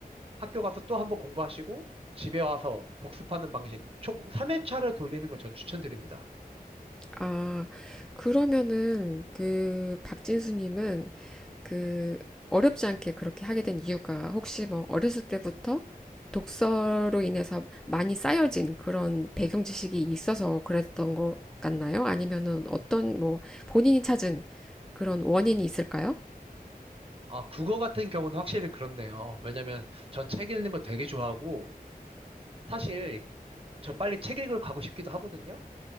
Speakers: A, on the right; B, in the centre.
A: 학교 가서 또 한번 공부하시고, 집에 와서 복습하는 방식, 총 3회차를 돌리는 걸 전 추천드립니다.
B: 아, 그러면은 그 박진수님은 그 어렵지 않게 그렇게 하게 된 이유가 혹시 뭐 어렸을 때부터 독서로 인해서 많이 쌓여진 그런 배경 지식이 있어서 그랬던 것 같나요? 아니면은 어떤 뭐 본인이 찾은 그런 원인이 있을까요?
A: 아, 국어 같은 경우는 확실히 그렇네요. 왜냐면 전 책 읽는 거 되게 좋아하고, 사실 저 빨리 책 읽으러 가고 싶기도 하거든요.